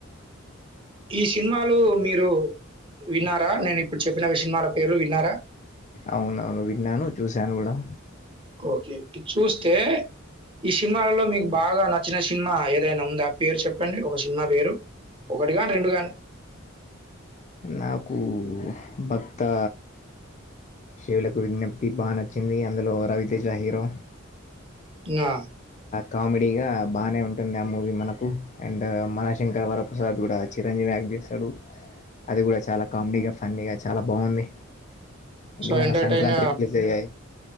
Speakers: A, on the right; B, on the left.
A: ఈ సినిమాలు మీరు విన్నారా నేను ఇప్పుడు చెప్పిన సినిమాల పేరు విన్నారా
B: అవునవును విన్నాను చూశాను గూడా
A: ఓకే ఇ చూస్తే ఈ సినిమాలలో మీకు బాగా నచ్చిన సినిమా ఏదైనా ఉందా ఆ పేరు చెప్పండి ఒక సినిమా పేరు ఒకటి గాని రెండు గాని
B: నాకు భక్తా శేయులకు విజ్ఞప్తి బా నచ్చింది, అందులో రవితేజ హీరో
A: ఆ
B: కామెడీ ఆ బానే ఉంటుంది ఆ మూవీ మనకు అండ్ మన శంకరవరప్రసాద్ గూడ చిరంజీవి యాక్ట్ చేస్తడు అది గూడ చాలా కామెడీగా, ఫన్నీగా చాలా బాగుంది. ఇది
A: సో
B: మన
A: ఎంటర్టైన్
B: సంక్రాంతికి రిలీజ్ అయ్యాయి